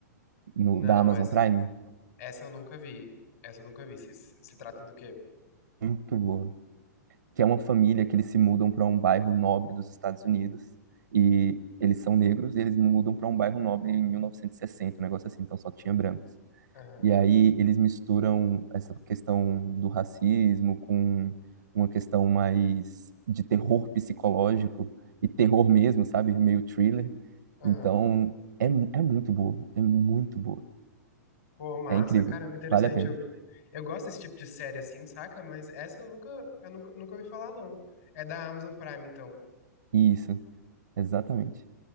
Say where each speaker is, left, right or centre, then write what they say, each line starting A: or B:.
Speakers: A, on the right; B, on the left.
A: no,
B: Não,
A: da Amazon
B: essa,
A: Prime?
B: essa eu nunca vi. Essa eu nunca vi. Se, se- se trata do quê?
A: muito boa. Que é uma família que eles se mudam para um bairro nobre dos Estados Unidos e eles são negros e eles mudam para um bairro nobre em 1960, um negócio assim, então só tinha brancos.
B: Aham,
A: E aí eles misturam essa questão do racismo com uma questão mais de terror psicológico e terror mesmo, sabe? Meio thriller.
B: aham.
A: Então é, é muito boa, é muito boa.
B: Pô, massa,
A: É incrível,
B: caramba, interessante.
A: vale a pena.
B: Eu, eu gosto desse tipo de série assim, saca? Mas essa eu nunca, eu nunca, nunca ouvi falar, não. É da Amazon Prime, então.
A: Isso, exatamente.